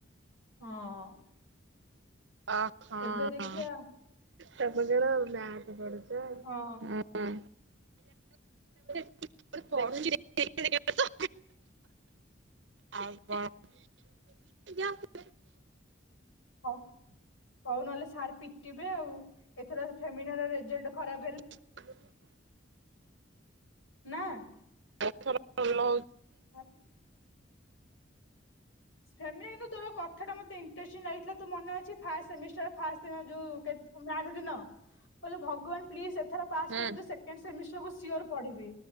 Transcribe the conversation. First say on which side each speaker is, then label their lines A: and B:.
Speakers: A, on the left; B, on the right.
A: ହଁ।
B: ଅ ହଁ
A: ଏବେ ଦେଖିବା
B: ତମେ କଣ ମ୍ୟାଥ୍ ପଡ଼ ଚ
A: ହଁ
B: ହଁ। <inaudible> ଓଟେ ପଢ଼ୁଚି ଦେ ଦେଖିନି କେବେ ତ। <inaudible> ଆଉ କଣ
A: ହଉ ହଉ ନହେଲେ ସାର୍ ପିଟିବେ ଆଉ ଏଥର ଫେମିନାର ରେଜଲ୍ଟ୍ ଖରା
B: <inaudible>
A: ନାଁ?
B: ଏଥର ଲ
A: ହଁ। ଫେମିନା କିନ୍ତୁ ତୋର କଥାଟା ମତେ ଇଣ୍ଟରେଷ୍ଟିଂ ନାଗିଥିଲା ତୁ ମନେ ଅଛି ଫାଷ୍ଟ୍ ସେମିଷ୍ଟାର୍ ଫାଷ୍ଟ୍ ଦିନ ଯୋଉ କେ ମ୍ୟା ଆଥ୍ ଦିନ କହିଲୁ ଭଗବାନ୍ ପ୍ଲିଜ୍ ଏଥର ପାସ୍
B: ହୁଁ
A: କରେଇଦିଅ ସେକେଣ୍ଡ୍ ସେମିଷ୍ଟାର୍ କୁ ସିଓର୍ ପଢ଼ିବି